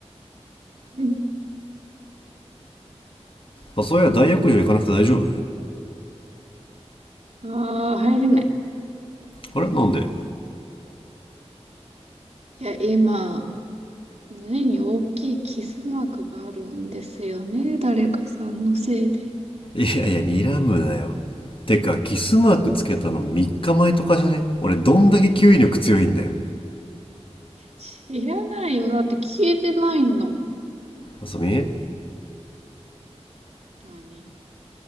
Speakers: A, on the right (about 75°); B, on the left (about 50°).
A: うん。
B: まあそういや大浴場行かなくて大丈夫
A: ああ、入れない。
B: あれなんで
A: いや、今、胸に大きいキスマークがあるんですよね。誰かさんのせいで。
B: いやいや睨むなよてかキスマークつけたの3日前とかじゃね俺どんだけ吸引力強いんだよ
A: 知らないよ。だって消えてないんだ。
B: あそみ
A: 何